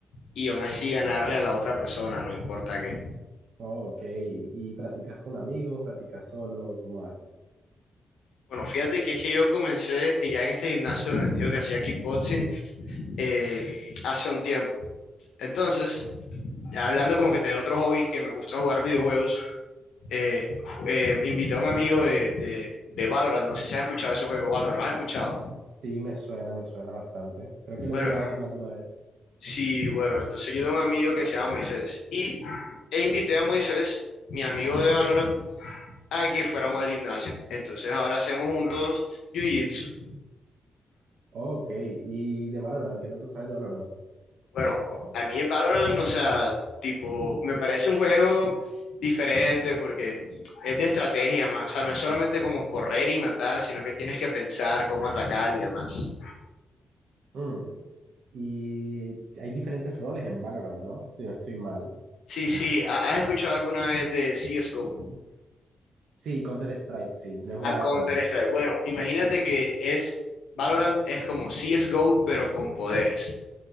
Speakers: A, on the left; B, on the right.
A: y aún así ganarle a la otra persona, no importa qué.
B: Ok, ¿y practicas con amigos? ¿Practicas solo? ¿Cómo haces?
A: Bueno, fíjate que es que yo comencé eh, ya en este gimnasio donde te digo que hacía kickboxing eh, hace un tiempo. Entonces, ya hablando como que de otro hobby que me gusta jugar videojuegos, eh, eh, invité a un amigo de, de, de Valorant, no sé si has escuchado ese juego, Valorant, ¿lo has escuchado?
B: Sí, me suena, me suena bastante. Creo
A: Bueno,
B: que lo he jugado más de una vez.
A: sí, bueno, entonces yo tengo un amigo que se llama Moisés y e invité a Moisés, mi amigo de Valorant, a que fuéramos al gimnasio. Entonces ahora hacemos juntos Jiu-Jitsu.
B: Ok, ¿y de Valorant? ¿Qué tanto sabes de Valorant?
A: Bueno, a mí en Valorant, o sea, tipo, me parece un juego diferente porque es de estrategia más, o sea, no es solamente como correr y matar, sino que tienes que pensar cómo atacar y demás.
B: Mm, y hay diferentes roles en Valorant, ¿no? Si no estoy mal.
A: Sí, sí, ¿ha- ¿has escuchado alguna vez de CSGO?
B: Sí, Counter-Strike, sí, lo he jugado
A: A Counter-Strike.
B: también.
A: Bueno, imagínate que es, Valorant es como CSGO, pero con poderes,